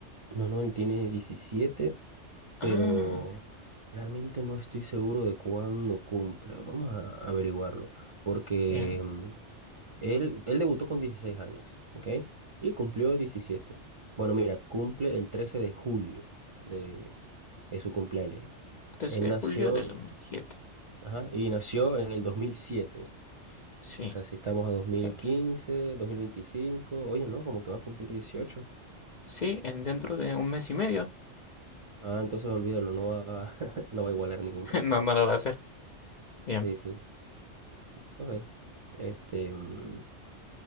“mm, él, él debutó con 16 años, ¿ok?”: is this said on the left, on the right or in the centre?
Right